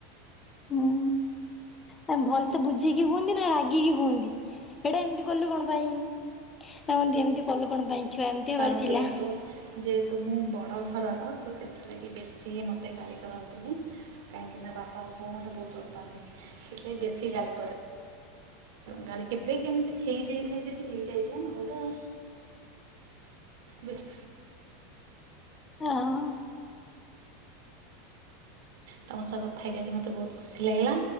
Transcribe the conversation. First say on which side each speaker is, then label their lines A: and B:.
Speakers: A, on the left; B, on the right.
A: ହୁଁ ହୁଁ ଭଲ ତ ବୁ ଠିକି କୁହନ୍ତି ନା ରାଗିକି କୁହନ୍ତି ଏଇଟା ଏମିତି କଲୁ କଣ ପାଇଁ। <unintelligible> ଏମିତି କଲୁ କଣ ପାଇଁ। ଛୁଆ ଏମିତି ହେବାର
B: ଆମେ
A: ଥିଲା।
B: ଯେହେତୁ ଯେଏତୁ ମୁଁ ବଡ଼ ଘରର ତ ସେଥିଲାଗି ବେଶୀ ମତେ ଗାଳି କରନ୍ତିନି। କାହିଁକି ନା ବାପା ଆଉ ବୋଉ ମୋତେ ବହୁତ ଭଲ ପାଆନ୍ତି ସେଥିପାଇଁ ବେଶୀ ଗାଳି କରେ ଗାଳି କେବେ କେମିତି ହେଇଯାଇଥାଏ ଯଦି ହେଇଯାଇଥାଏ ନହେଲେ ତ ବେସି
A: ହଁ।
B: ତମ ସହ କଥା ହେଇକି ଆଜି ମତେ ବହୁତ ଖୁସି ଲାଗିଲା।